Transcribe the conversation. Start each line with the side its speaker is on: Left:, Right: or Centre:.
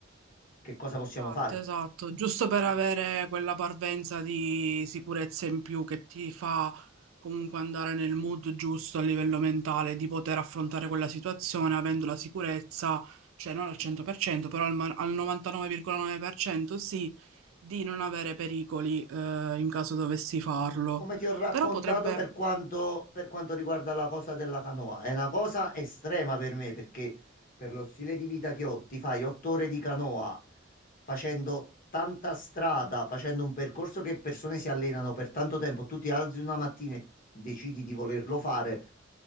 Left: che cosa possiamo
Right: Esatto,
Left: fare.
Right: esatto, giusto per avere quella parvenza di sicurezza in più che ti fa comunque andare nel mood giusto a livello mentale di poter affrontare quella situazione avendo la sicurezza, cioè non al 100%, però al, ma- al 99,9% sì, di non avere pericoli eh, in caso dovessi farlo.
Left: Come ti ho raccontato
Right: Però potrebbe...
Left: per quanto, per quanto riguarda la cosa della canoa, è una cosa estrema per me perché per lo stile di vita che ho, ti fai otto ore di canoa facendo tanta strada, facendo un percorso che persone si allenano per tanto tempo, tu ti alzi una mattina e decidi di volerlo fare.